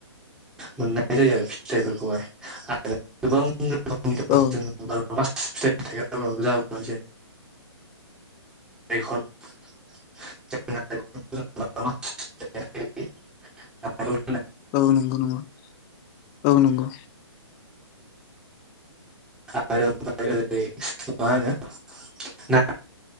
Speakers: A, in the centre; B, on the left (about 20°).
A: मोननाय जायो आरो फिथाइफोरखौहाय आरो गोबां। <unintelligible>
B: औ
A: <unintelligible> <unintelligible>
B: औ नंगौ नंगौ औ नंगौ
A: आरो <unintelligible> मा होनो <unintelligible>